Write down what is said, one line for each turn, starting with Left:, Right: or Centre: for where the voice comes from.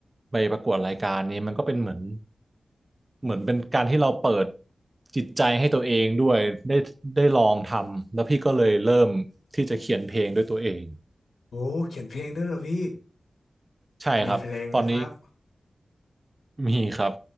Right: ไปประกวดรายการนี้มันก็เป็นเหมือนเหมือนเป็นการที่เราเปิดจิตใจให้ตัวเองด้วยได้ได้ลองทำแล้วพี่ก็เลยเริ่มที่จะเขียนเพลงด้วยตัวเอง
Left: โอ้เขียนเพลงด้วยเหรอพี่
Right: ใช่ครับตอนนี้
Left: มีเพลงไหมครับ
Right: มีครับ